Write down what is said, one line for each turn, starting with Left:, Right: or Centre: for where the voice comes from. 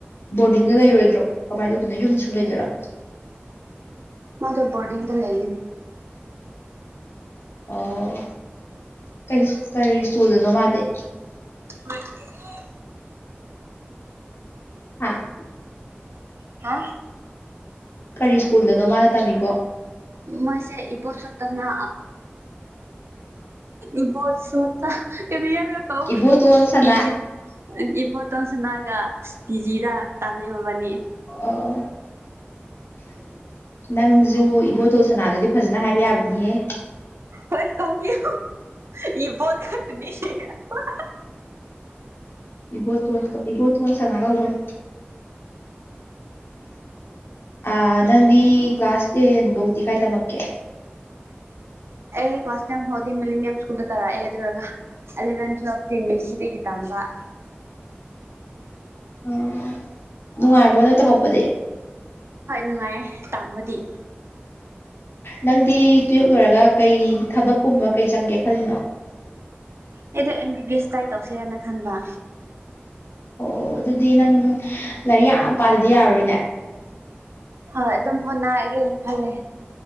Left: ꯕꯣꯔꯗꯤꯡꯗꯥ ꯂꯩꯔꯣꯏꯗ꯭ꯔꯣ ꯀꯃꯥꯏꯟ ꯇꯧꯗꯣꯏꯅꯣ ꯌꯨꯝꯗꯥ ꯁꯨꯝ ꯂꯩꯗꯣꯏꯔꯣ
Right: ꯃꯥꯗꯣ ꯕꯣꯔꯗꯤꯡꯗꯥ ꯂꯩꯒꯅꯤ
Left: ꯑꯣ ꯀꯩꯁ ꯀꯔꯤ ꯁ꯭ꯀꯨꯜꯗꯅꯣ ꯃꯥꯗꯤ
Right: ꯉꯥꯏꯈꯣꯍꯦ
Left: ꯍꯥꯥ
Right: ꯍꯥ
Left: ꯀꯔꯤ ꯁ꯭ꯀꯨꯜꯗꯅꯣ ꯃꯥꯅ ꯇꯝꯃꯤꯕꯣ
Right: ꯃꯣꯏꯁꯦ ꯏꯕꯣ ꯁꯣꯠꯇꯅ ꯏꯕꯣꯁꯣꯠ <unintelligible>
Left: ꯏꯕꯣꯇꯣꯟ ꯁꯅꯥ
Right: ꯏꯕꯣꯠꯇꯣꯟ ꯁꯨꯅꯥꯗ ꯇꯤꯖꯤꯗ ꯇꯥꯝꯃꯦ ꯃꯣꯕꯥꯏꯅꯤ
Left: ꯑꯣ ꯅꯪꯖꯨ ꯏꯕꯣꯇꯣꯟ ꯁꯅꯥꯗꯨꯗꯤ ꯐꯖꯅ ꯍꯥꯏꯕ ꯌꯥꯕꯅꯤꯍꯦ
Right: <unintelligible>
Left: ꯏꯕꯣꯇꯣꯟ ꯏꯕꯣꯇꯣꯟ ꯁꯅꯥ ꯀꯧꯕꯅꯦ ꯑꯥ ꯅꯪꯗꯤ ꯀ꯭ꯂꯥꯁ ꯇꯦꯟꯐꯧꯗꯤ ꯀꯥꯏ ꯇꯝꯃꯛꯀꯦ
Right: ꯑꯩ ꯀꯂꯥꯁ ꯇꯦꯟꯐꯧꯗꯤ ꯃꯤꯂꯤꯅꯤꯌꯝ ꯁ꯭ꯀꯨꯜꯗ ꯇꯧꯔꯛꯑꯦ ꯑꯗꯨꯔꯣꯒ ꯑꯦꯂꯚꯦꯟ ꯇꯨꯋꯦꯜꯕ ꯇꯤ ꯃꯦꯁꯤꯗꯒꯤ ꯇꯝꯕ
Left: ꯑꯣ ꯅꯨꯡꯉꯥꯏꯕ꯭ꯔꯣ ꯅꯣꯏ ꯇꯝꯃꯛꯄꯗꯤ
Right: ꯍꯣꯏ ꯅꯨꯡꯉꯥꯏꯌꯦ ꯇꯝꯕꯗꯤ
Left: ꯅꯪꯗꯤ ꯇꯨꯋ꯭ꯜꯞ ꯂꯣꯏꯔꯒ ꯀꯩ ꯊꯕꯛꯀꯨꯝꯕ ꯀꯩ ꯆꯪꯒꯦ ꯈꯜꯂꯤꯅꯣ
Right: ꯑꯩꯗꯣ M B B S try ꯇꯧꯁꯦꯔꯅ ꯈꯟꯕ
Left: ꯑꯣ ꯑꯗꯨꯗꯤ ꯅꯪ ꯂꯥꯏꯔꯤꯛ ꯌꯥꯝ ꯄꯥꯗꯗꯤ ꯌꯥꯔꯔꯣꯏꯅꯦ
Right: ꯍꯣꯏ ꯑꯗꯨꯝ ꯍꯣꯠꯅꯔꯒꯦꯅ ꯈꯜꯂꯦ